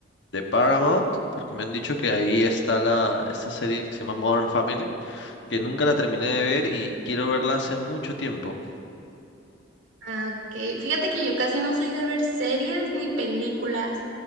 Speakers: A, on the left; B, on the right.
A: de Paramount, porque me han dicho que ahí está la, esta serie que se llama Modern Family, que nunca la terminé de ver y quiero verla hace mucho tiempo.
B: Ah, ok. Fíjate que yo casi no soy de ver series ni películas.